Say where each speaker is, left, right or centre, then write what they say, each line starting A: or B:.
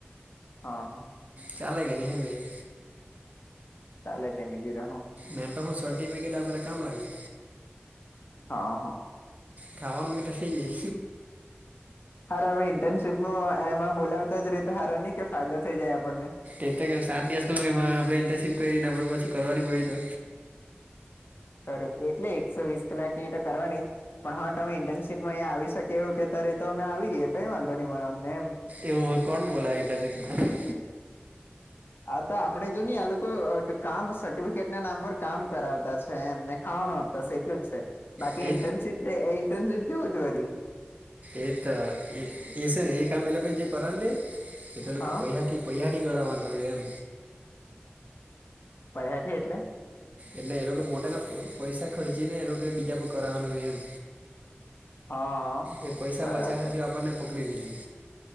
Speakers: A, on the left; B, on the right.
A: હા હા
B: ચાલે કે ની હ ભાઈ
A: ચાલે ત્યાં બીજું ટા હુ
B: મેન તો હું સર્ટીફિકેટ આપે તે કામ લાગે.
A: હા હા
B: ખાવનુ બી તો થઈ જાય.
A: હાર હવે ઇન્ટર્નશીપ ન એમાં બોલાવતા જ રેતા સાર નહી કે ફાયદો થઈ જાય આપણને
B: એ તો કે સાત દિવસ નમાં આપણે ઇન્ટર્નશીપ કરીને પછી કરવાની પડી તો
A: ું એટલે એકસો વીસ કલાક ની તો કરવાની પણ હા તમે ઇન્ટર્નશીપમાં અહીંયા આવી શકે એવું કે અ્યારે એ તો અમે આવી રએે કઈ વાંધો નહી મા અમને એમ
B: એવુંમાં કોણ બોલા ટભ
A: આ તો આપડે જો નઈ આ લોકો કામ સર્ટિફિકેટ ના નામ પર કામ કરાવતા છે એમને ખાવાનું આપ બસ એટલું જ છે બાકી
B: તે
A: ઇન્ટર્નશીપ ઇન્ટર્નશીપ જેવું છેરી
B: એ તો એ એસ એ કામ એ લોકો જે કરંત દે એ તો લોકો
A: હ
B: પૈસા ઠી પૈસાથી કરવાવાનુંો એમ
A: બધ્યાથી એટલે
B: એટલે એ લોકો પોતાના પૈસા ખર્ચી ને એ લોકો બીજા પર કરવાવાનું હો એમ
A: હ
B: એ પૈસા
A: બરાબર
B: બચા હજુ આપણને પકડી દી લે